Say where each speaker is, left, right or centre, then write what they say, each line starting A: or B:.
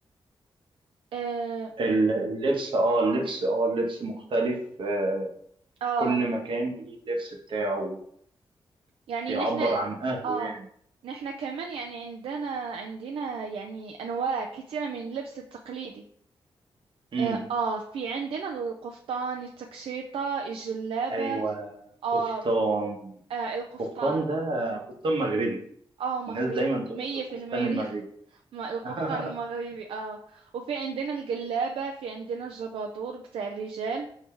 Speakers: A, on the right; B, on the right.
A: آه,
B: اللبس اه اللبس اه اللبس مختلف آه،
A: آه
B: كل مكان وليه اللبس بتاعه
A: يعني
B: بيعبر
A: نحن
B: عن أهله
A: اه
B: يعني
A: نحنا كمان يعني عندنا عندنا يعني انواع كثيره من اللبس التقليدي
B: امم
A: اه آه، في عندنا القفطان التكشيطه الجلابه
B: أيوة
A: اه
B: كفتان
A: آه، القفطان
B: كفتان ده كفتان مغربي
A: اه مغربي
B: الناس دايما تقول
A: مية
B: لك الكفتان
A: في المية
B: المغربي
A: <laughs> ما- القفطان
B: <laughs>
A: المغربي اه وفي عندنا الجلابه في عندنا الجبادور بتاع الرجال